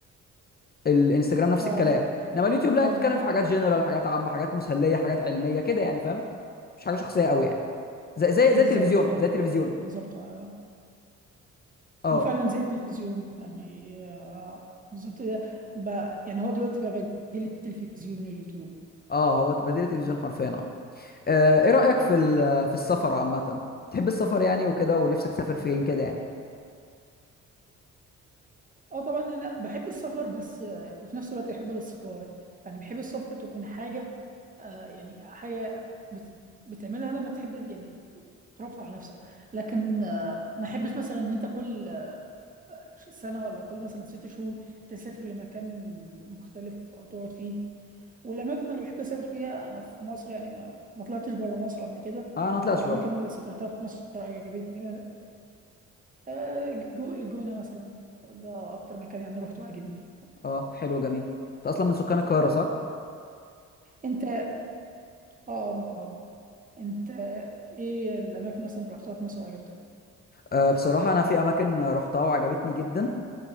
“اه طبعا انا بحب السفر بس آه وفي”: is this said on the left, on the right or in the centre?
Right